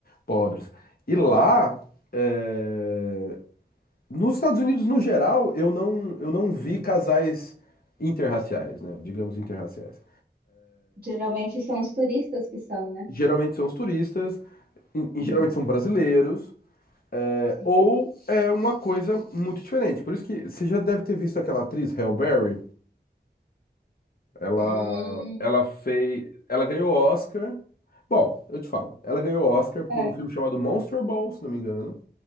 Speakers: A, on the left (about 55°); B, on the right (about 55°).
A: pobres. E lá, é, nos Estados Unidos no geral, eu não, eu não vi casais interraciais, né? Digamos interraciais.
B: Geralmente são os turistas que são, né?
A: Geralmente são os turistas, e- e
B: Uhum.
A: geralmente são brasileiros, é,
B: Sim.
A: ou é uma coisa muito diferente. Por isso que você já deve ter visto aquela atriz, Halle Berry. Ela,
B: Hum.
A: ela fez, ela ganhou Oscar. Bom, eu te falo. Ela ganhou Oscar por
B: É.
A: um filme chamado Monster Ball, se não me engano,